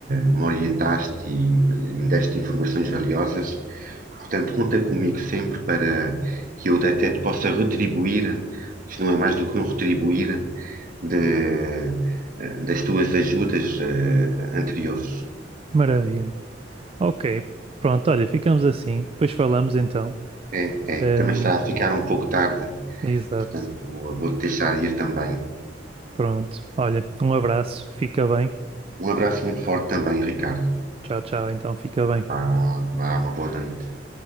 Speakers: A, on the right; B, on the right.
A: me orientaste e me deste informações valiosas. Portanto, conta comigo sempre para que eu até te possa retribuir, isto não é mais do que um retribuir, de- das tuas ajudas eh, anteriores.
B: Maravilha. Ok, pronto, olha, ficamos assim. Depois falamos então.
A: É,
B: Ahm,
A: é, também está a ficar um pouco tarde,
B: exato.
A: portanto, vou-te deixar ir também.
B: Pronto. Olha, um abraço. Fica bem.
A: Um abraço muito forte também, Ricardo.
B: Tchau, tchau. Então, fica bem.
A: Vá, vá, uma boa noite.